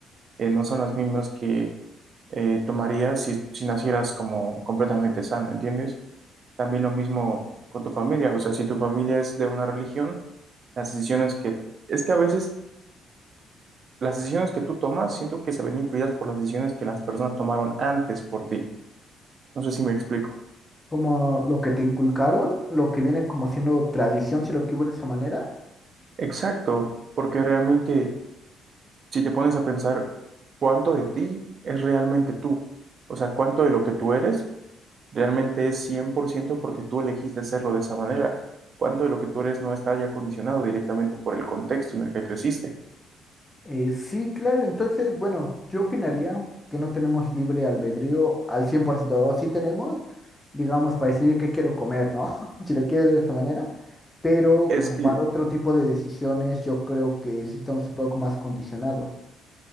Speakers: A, on the right (about 45°); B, on the left (about 15°).
A: eh, no son las mismas que eh, tomarías si, si nacieras como completamente sano, ¿entiendes? También lo mismo con tu familia, o sea, si tu familia es de una religión, las decisiones que, es que a veces las decisiones que tú tomas, siento que se ven influidas por las decisiones que las personas tomaron antes por ti. No sé si me explico.
B: ¿Como lo que te inculcaron, lo que viene como siendo tradición, si lo que hubo de esa manera?
A: Exacto, porque realmente si te pones a pensar cuánto de ti es realmente tú, o sea, cuánto de lo que tú eres Realmente es 100% porque tú elegiste hacerlo de esa manera. ¿Cuánto de lo que tú eres no está ya condicionado directamente por el contexto en el que creciste?
B: Eh, sí, claro, entonces, bueno, yo opinaría que no tenemos libre albedrío al 100%, sí tenemos, digamos, para decidir qué quiero comer, ¿no? <laughs> Si lo quiero de esta manera, pero
A: Es
B: como
A: que,
B: para otro tipo de decisiones, yo creo que sí estamos un poco más condicionados.